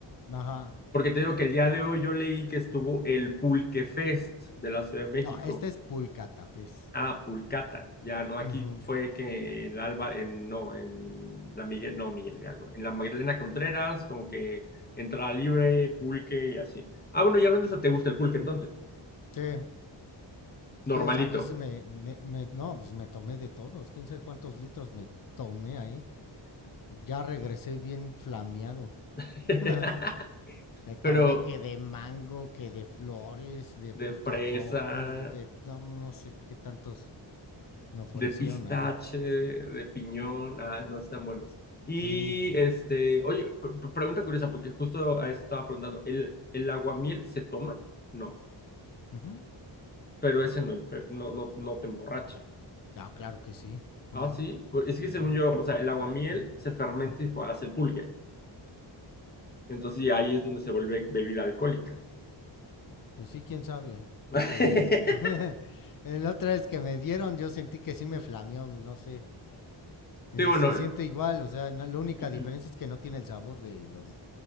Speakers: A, on the left; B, on the left.
A: Ajá.
B: Porque te digo que el día de hoy yo leí que estuvo el Pulque Fest de la Ciudad de México.
A: No, este es Pulcatafés.
B: Ah, Pulcata, ya no, aquí
A: Ujú.
B: fue que en la Alba, en, no, en la Miguel, no, Miguel Hidalgo, en la Magdalena Contreras, como que entrada libre, pulque y así. Ah, bueno, ya hablando de eso, ¿te gusta el pulque entonces?
A: Sí, Sí,
B: Normalito.
A: a veces me, me- me- no, pues me tomé de todos, quién sabe cuántos litros me tomé ahí. Ya regresé bien flameado.
B: <laughs>
A: <laughs> Me tomé
B: Pero
A: que de mango, que de flores, de
B: de
A: frutos
B: fresa,
A: rojos, de, de- no, no sé qué tantos me ofrecieron
B: de pistache,
A: ahí.
B: de piñón, ah, no están buenos. Y
A: Sí, de-
B: este, oye, p- p- pregunta curiosa, porque justo a eso estaba preguntando, ¿el, el aguamiel se toma? No,
A: ujú.
B: pero ese no, impe- no, no, no te emborracha.
A: Ah, claro que sí, ¿cómo
B: Ah,
A: no?
B: sí, pues es que
A: Sí,
B: según yo, o sea, el aguamiel se fermenta y fue- hace el pulque. Entonces, y ahí es donde se vuelve bebida alcohólica.
A: pues sí, quién sabe, porque
B: <laughs>
A: <laughs> la otra vez que me dieron yo sentí que sí me flameó, no sé. Y
B: Sí, bueno,
A: Se siente igual, o sea, no- la única
B: <clears throat>
A: diferencia es que no tiene el sabor de los...